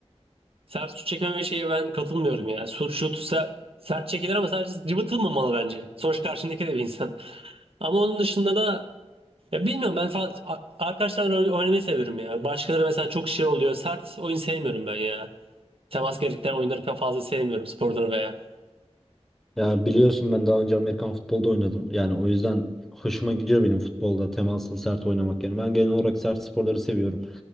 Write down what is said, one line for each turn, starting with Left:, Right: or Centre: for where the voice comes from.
Right: Sert şut çekmeme şeye ben katılmıyorum ya. Sur şut ser- sert çekilir ama sadece cıvıtılmamalı bence. Sonuçta karşındaki de bir insan. Ama onun dışında da ya bilmiyorum ben fa- a- arkadaşlarla oyn- oynamayı seviyorum ya. Başkaları mesela çok şey oluyor. Sert oyun sevmiyorum ben ya. Temas gerektiren oyunları pek fazla sevmiyorum sporları veya.
Centre: Ya biliyorsun ben daha önce Amerikan futbolda oynadım. Yani o yüzden hoşuma gidiyor benim futbolda temaslı sert oynamak. Yani ben genel olarak sert sporları seviyorum.